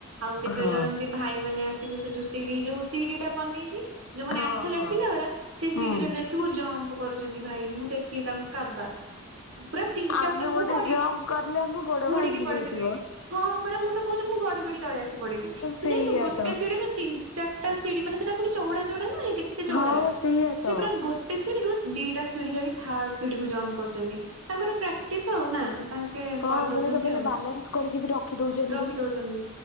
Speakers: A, on the right; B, on the left.
A: ଆଉ କେତେ
B: ହଁ
A: ଜଣ ଏମତି ଭାଇ ମାନେ ଆସିକି ସେ ଯୋଉ ସିଡି ଯୋଉ ସିଡି ଟା ବନେଇଛି ଯୋଉମାନେ
B: ହଁ
A: ଆଥଲେଟ୍
B: ହଁ
A: ପିଲା ଉରା ସେ
B: ହୁଁ।
A: ସିିଡିରେ ଦେଖିବୁ ଜମ୍ପ କରୁଛନ୍ତି ଭାଇ ମୁଁ ଦେଖ କି ଟଙ୍କା ବା ପୁରା ତିନି
B: ଆମେ
A: ଚାରିଟା ମୁଁ
B: ବୋଧେ
A: ପଡି
B: ଜମ୍ପ କରିଲେ ଆମ ଗୋଡ
A: ଉଡିକି
B: ଭାଙ୍ଗି
A: ପଡିଥିବି।
B: ଯାଇଥିବ
A: ହଁ ପରା ମୁଁ ତ କହୁଚି ମୁଁ ଗଡି ଗଡି ତଳେ ଆସି ପଡିବି ସିଏ
B: ସେଇଆ
A: ଜାଣିଚୁ ଗୋଟେ
B: ତ।
A: ସିଡରୁ ତିନ୍ ଚାରିଟା ସିଢି ମାନେ ସେଟା ପୁଣି ଚଉଡା ଚଉଡା ନହେଁ କେତେ ଚଉଡା
B: ହଁ ସେଇଆ ତ
A: ସେ ପୁରା ଗୋଟ୍ ଗୋଟେ ସିଢି ରୁ ଦିଟା ସିଢି ଯାଇ ଥାର୍ଡ ସିଢିକୁ ଜମ୍ପ କରୁଚନ୍ତି ତାଙ୍କର ପ୍ରାକ୍ଟିସ୍ ଆଉ ନା ତାଙ୍କ କେ
B: ହଁ
A: କରିଦେଉଛନ୍ତି
B: ମାନେ ସେମାନେ
A: ଆଉ
B: ବାଲାନ୍ସ କରିକି ବି ରଖି ଦଉଛନ୍ତି।
A: ରଖି ଦଉଚନ୍ତି